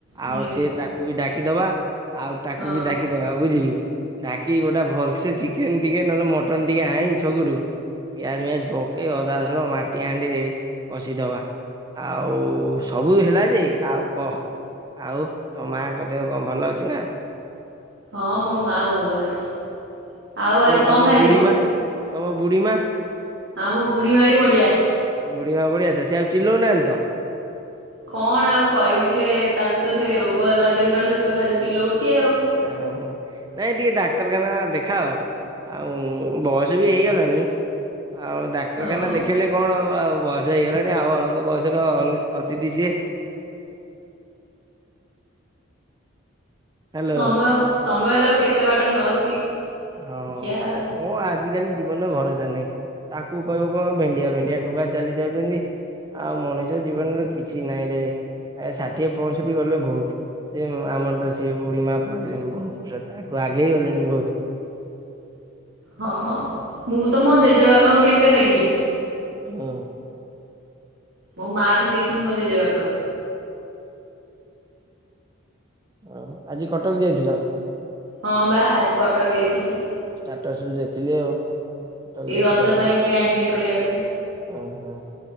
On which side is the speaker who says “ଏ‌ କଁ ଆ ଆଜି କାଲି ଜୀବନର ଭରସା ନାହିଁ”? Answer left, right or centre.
Right